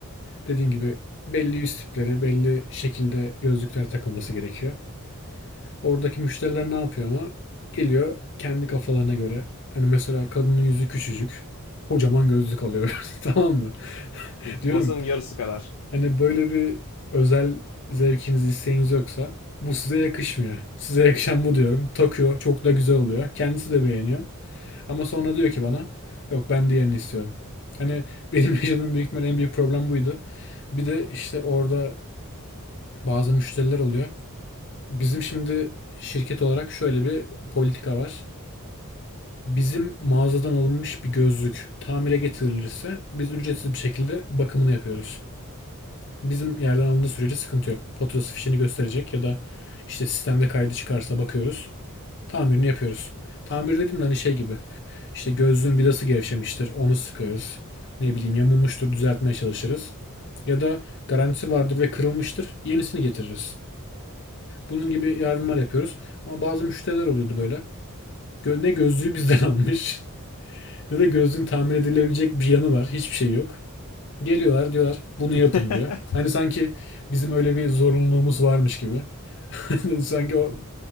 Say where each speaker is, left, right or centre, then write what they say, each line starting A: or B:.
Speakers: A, on the left (about 55°); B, on the left (about 85°).
A: Dediğim gibi belli yüz tipleri, belli şekilde gözlükler takılması gerekiyor. Oradaki müşteriler ne yapıyor ama? Geliyor kendi kafalarına göre. Hani mesela kadının yüzü küçücük. Kocaman gözlük alıyor. <laughs> Tamam mı?
B: Kafasının
A: Diyorum.
B: yarısı kadar.
A: Hani böyle bir özel zevkiniz, isteğiniz yoksa bu size yakışmıyor. Size yakışan bu diyorum. Takıyor. Çok da güzel oluyor. Kendisi de beğeniyor. Ama sonra diyor ki bana yok ben diğerini istiyorum. Hani benim <laughs> yaşadığım büyük ihtimal en büyük problem buydu. Bir de işte orada bazı müşteriler oluyor. Bizim şimdi şirket olarak şöyle bir politika var. Bizim mağazadan alınmış bir gözlük tamire getirilirse biz ücretsiz bir şekilde bakımını yapıyoruz. Bizim yerden alındığı sürece sıkıntı yok. Faturası fişini gösterecek ya da işte sistemde kaydı çıkarsa bakıyoruz. Tamirini yapıyoruz. Tamir dediğim hani şey gibi. İşte gözlüğün vidası gevşemiştir. Onu sıkarız. Ne bileyim yamulmuştur düzeltmeye çalışırız. Ya da garantisi vardır ve kırılmıştır. Yenisini getiririz. Bunun gibi yardımlar yapıyoruz. Ama bazı müşteriler oluyordu böyle. Gö- ne gözlüğü bizden almış <laughs> ne de gözlüğün tamir edilebilecek bir yanı var. Hiçbir şey yok. Geliyorlar diyorlar bunu
B: <laughs>
A: yapın diyor. Hani sanki bizim öyle bir zorunluluğumuz varmış gibi. <laughs> sanki o